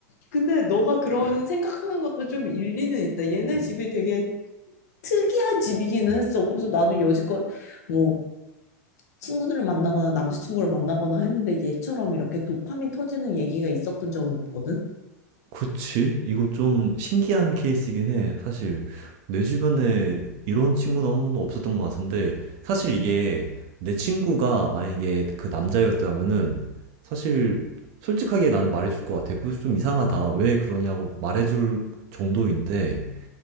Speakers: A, on the left; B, on the right.
A: 근데 너가 그런 생각하는 것도 좀 일리는 있다. 얘네 집이 되게 특이한 집이기는 했어. 그래서 나도 여지껏 뭐 친구들을 만나거나 남자친구를 만나거나 했는데 얘처럼 이렇게 도파민 터지는 얘기가 있었던 적은 없거든.
B: 그치? 이거 좀 신기한 케이스이긴 해. 사실 내 주변에 이런 친구는 한 번도 없었던 것 같은데 사실 이게 내 친구가 만약에 그 남자였다면은 사실 솔직하게 나는 말해줄 것 같아. 그거 좀 이상하다. 왜 그러냐고 말해줄 정도인데